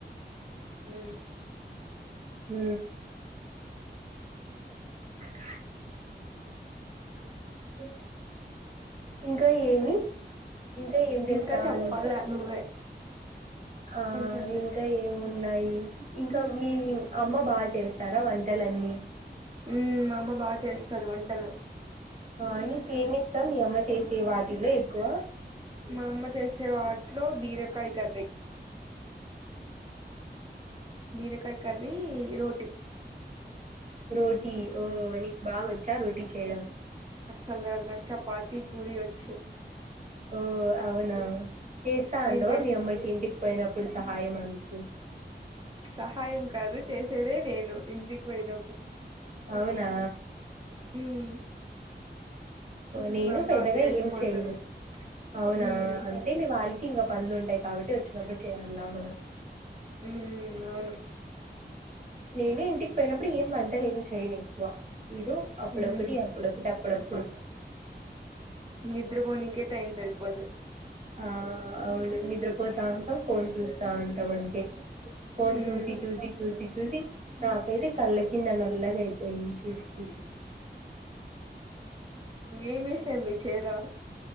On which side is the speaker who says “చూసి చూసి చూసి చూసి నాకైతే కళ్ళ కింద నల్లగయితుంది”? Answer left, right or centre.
Right